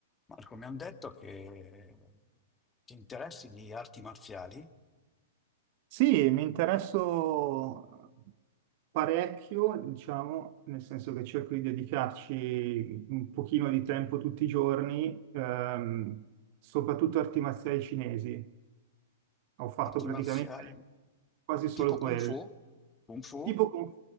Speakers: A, on the left; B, on the right.
A: Marco, mi hanno detto che ti interessi di arti marziali,
B: Sì, mi interesso parecchio, diciamo, nel senso che cerco di dedicarci un pochino di tempo tutti i giorni, ehm, soprattutto arti marziali cinesi. Ho fatto
A: arti
B: praticamente
A: marziali
B: quasi solo
A: tipo Kung
B: quelle.
A: Fu, Kung Fu,
B: Tipo con...